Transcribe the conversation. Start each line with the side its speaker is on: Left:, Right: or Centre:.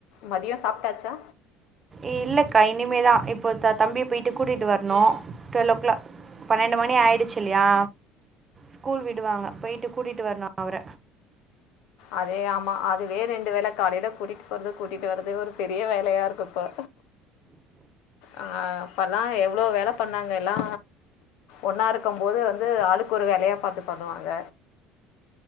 Left: மதியோ சாப்ட்டாச்சா
Right: இல்லக்கா இனிமேதா இப்போ த தம்பிய போய்ட்டு கூட்டிட்டு வரணு டுவெல்லோ கிளாக் பன்னெண்டு மணி ஆயிடுச்சி இல்லயா ஸ்கூல் விடுவாங்க பேய்ட்டு கூட்டிட்டு வரணு அவர
Left: அதே ஆமா அதுவே ரெண்டு வேல காலைல கூட்டிட்டு போறது கூட்டிட்டு வர்றதே ஒரு பெரிய வேலயா இருக்கு இப்போ அ அப்பல்லா எவ்ளோ வேல பண்ணாங்க எல்லா ஒன்னா இருக்குபோது வந்து ஆளுக்கு ஒரு வேலயா பாத்து பண்ணுவாங்க